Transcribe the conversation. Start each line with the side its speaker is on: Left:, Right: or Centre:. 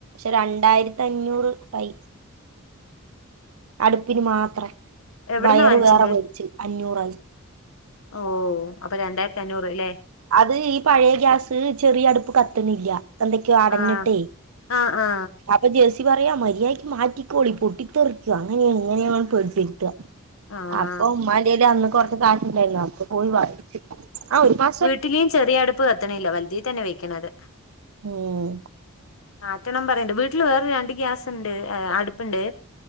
Right: രണ്ടായിരത്തി അഞ്ഞൂറ് ആയി അടുപ്പിന് മാത്രം
Left: എവിടന്നാ
Right: വയറ്
Left: വാങ്ങിച്ചത്
Right: വേറെ മേടിച്ചു അഞ്ഞൂറായി
Left: ഓ അപ്പൊ രണ്ടായിരത്തി അഞ്ഞൂറല്ലെ
Right: അത് ഈ പഴയ ഗ്യാസ് ചെറിയ അടുപ്പ് കത്തണില്ല എന്തൊക്കെയോ അടഞ്ഞിട്ടേ
Left: ആ ആ ആ
Right: അപ്പൊ ജേഴ്സി പറയാ മര്യാദയ്ക്ക് മാറ്റിക്കോളി പൊട്ടിത്തെറിക്കുക അങ്ങനെയ ഇങ്ങനെയ പേടിപ്പിപ്പിക്ക
Left: ആഹ്
Right: അപ്പൊ ഉമ്മാലയില് അന്ന് കൊറച്ച് കാശ്ണ്ടായിരുന്നു അപ്പ പോയി വാങ്ങി ആഹ് ഒരു മാ
Left: വീട്ടില് ചെറിയ അടുപ്പ് കത്തണില്ല വലുതീ തന്നെ വെക്കണന്നത്
Right: ഉം
Left: ആക്കണ്ണം പറയണ്ട് വീട്ടില് വേറെ രണ്ട് ഗ്യാസ്ണ്ട് അടുപ്പുണ്ട്